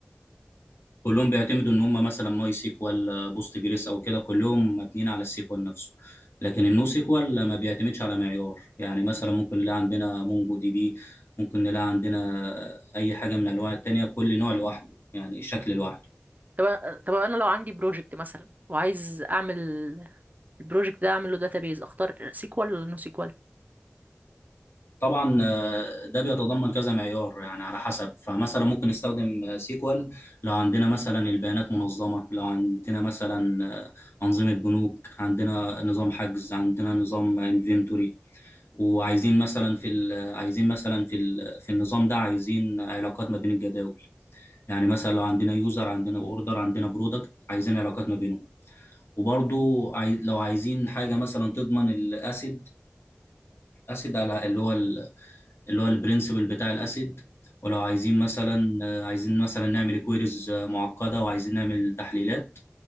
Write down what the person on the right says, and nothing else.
طب طب انا لو عندي بروجكت مثلا وعايز اعمل البروجكت ده اعمل له داتابيز اختار سيكوال ولا نو سيكوال